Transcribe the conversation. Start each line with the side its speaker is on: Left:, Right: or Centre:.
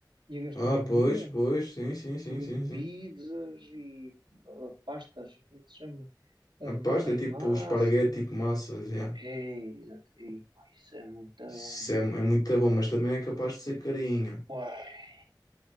Right: E a gastronomia?
Left: Ah, pois, pois, sim, sim, sim,
Right: Comer
Left: sim, sim.
Right: pizzas e ah, pastas, como é que se chama? Hum,
Left: A pasta
Right: as
Left: é
Right: massas.
Left: tipo esparguete, tipo massas, já.
Right: É, exato. E, pá, isso é muito bom.
Left: Isso é, é muito bom, mas também é capaz de ser carinho.
Right: Uai.